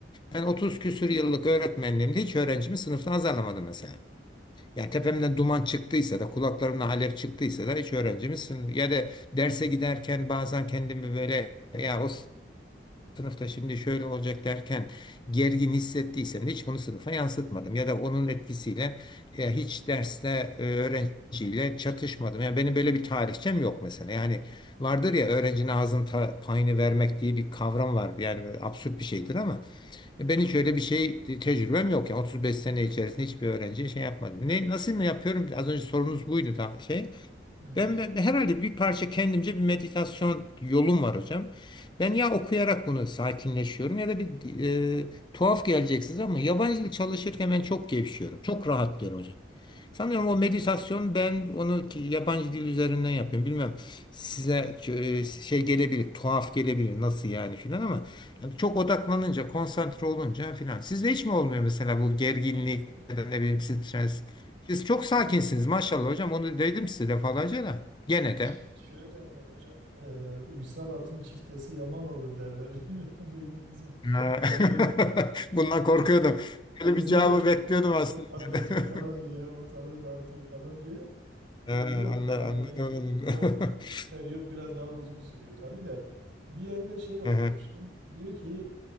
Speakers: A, on the left; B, on the right.
A: ben 30 küsür yıllık öğretmenliğimde hiç öğrencimi sınıfta azarlamadım mesela. Yani tepemden duman çıktıysa da kulaklarımdan alev çıktıysa da hiç öğrencimizsin. Ya da derse giderken bazen kendimi böyle ya o sınıfta şimdi şöyle olacak derken gergin hissettiysem de hiç bunu sınıfa yansıtmadım. Ya da onun etkisiyle e, hiç derste e, öğrenciyle çatışmadım. Yani benim böyle bir tarihçem yok mesela. Yani vardır ya öğrencinin ağzının ta- payını vermek diye bir kavram var. Yani böyle absürt bir şeydir ama e, Ben hiç öyle bir şey te- tecrübem yok ya. 35 sene içerisinde hiçbir öğrenciye şey yapmadım. Ne, nasıl mı yapıyorum? Az önce sorunuz buydu da şey.
B: evet.
A: Ben, ben herhalde bir parça kendimce bir meditasyon yolum var hocam. Ben ya okuyarak bunu sakinleşiyorum ya da bir e, tuhaf gelecek size ama yabancı dil çalışırken ben çok gevşiyorum. Çok rahatlıyorum hocam. Sanıyorum
B: Hmm.
A: o meditasyon ben onu ki- yabancı dil üzerinden yapıyorum. Bilmem size e, şey gelebilir, tuhaf gelebilir nasıl yani filan ama yani çok odaklanınca, konsantre olunca filan. Sizde hiç mi olmuyor mesela bu gerginlik
B: Aynen evet.
A: ya da ne bileyim
B: E,
A: stres siz çok sakinsiniz maşallah hocam. Onu dedim size defalarca da. Gene
B: İşte
A: de.
B: şöyle derler hocam, e, uysal atın çiftesi yaman olur derler. <laughs> Bilmiyorum duydunuz mu?
A: Ha. <laughs>
B: Yani
A: Bundan korkuyordum.
B: Kızı,
A: Böyle
B: kızınca
A: bir cevabı
B: çok
A: bekliyordum aslında.
B: çok patlatıyor
A: <laughs>
B: falan diye ortalığı dağıtıyor falan diye.
A: Ha,
B: Ee, yok
A: anla-
B: ben hani
A: Anladım.
B: o e,
A: <laughs>
B: periyot biraz daha uzun sürüyor tabii de bir yerde şey okumuştum.
A: Hı hı.
B: Diyor ki